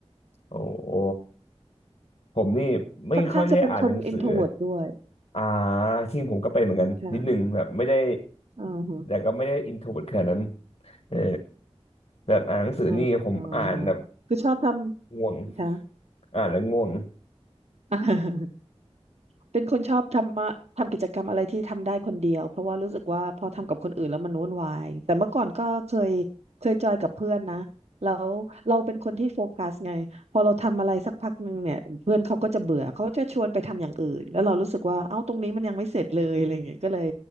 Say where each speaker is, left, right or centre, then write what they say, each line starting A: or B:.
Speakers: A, on the left; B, on the right.
A: โอ้โหผมนี่ไม่ค่อยได้อ่านหนังสือ
B: ค่อนข้างจะเป็นคน introvert ด้วย
A: อ่าจริงผมก็เป็นเหมือนกันนิดนึงแบบไม่ได้
B: ค่ะอ่าฮะ
A: แต่ก็ไม่ได้อินโทรเวิร์ตขนาดนั้นเออแบบอ่านหนังสือนี่ผมอ่านแบบ
B: อ่าฮะคือชอบทำค่ะ
A: ง่วงอ่านแล้วง่วง
B: <laughs> เป็นคนชอบทำมาทำกิจกรรมอะไรที่ทำได้คนเดียวเพราะว่ารู้สึกว่าพอทำกับคนอื่นแล้วมันวุ่นวายแต่เมื่อก่อนก็เคยเคยจอยกับเพื่อนนะแล้วเราเป็นคนที่โฟกัสไงพอเราทำอะไรสักพักหนึ่งเนี่ยเพื่อนเขาก็จะเบื่อเขาก็จะชวนไปทำอย่างอื่นแล้วเรารู้สึกว่าเอ้าตรงนี้มันยังไม่เสร็จเลยอะไรอย่างเงี้ยก็เลย